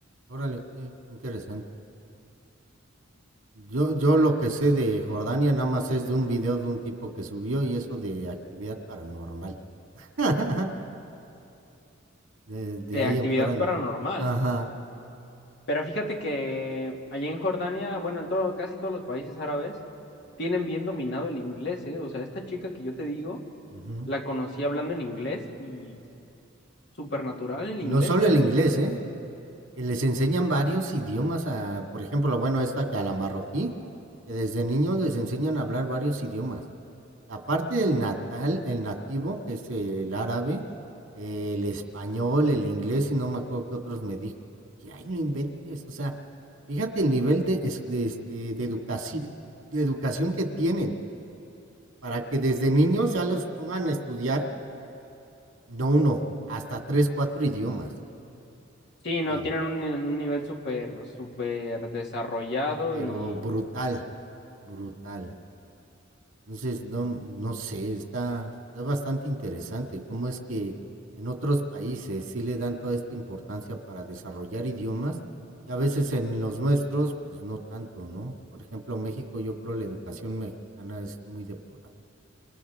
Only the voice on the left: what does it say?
de
actividad
paranormal.
Pero fíjate que allá en Jordania, bueno, en todo, casi todos los países árabes, tienen bien dominado el inglés, ¿eh? O sea, esta chica que yo te digo,
la conocí hablando en inglés y súper natural el
inglés,
¿eh?
Sí,
no,
tienen un, un nivel súper, súper desarrollado
y